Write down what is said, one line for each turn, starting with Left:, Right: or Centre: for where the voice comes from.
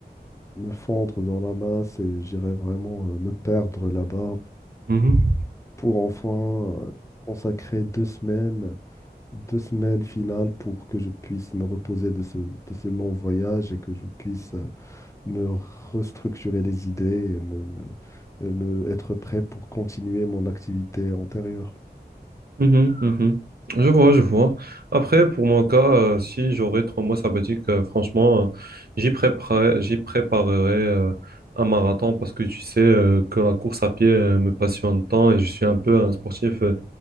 Left: me fondre dans la masse et j'irai vraiment euh, me perdre là-bas
Right: mhm.
Left: pour enfin euh, consacrer deux semaines deux semaines finales pour que je puisse me reposer de ce, de ce long voyage et que je puisse euh, me restructurer les idées et me, me- et me être prêt pour continuer mon activité antérieure.
Right: Mhm, mhm. Je vois, je vois. Après, pour mon cas, euh, si j'aurais trois mois sabbatiques, euh, franchement, euh, j'y préparerai, j'y préparerai euh, un marathon parce que tu sais euh, que la course à pied euh, me passionne tant et je suis un peu un sportif, euh,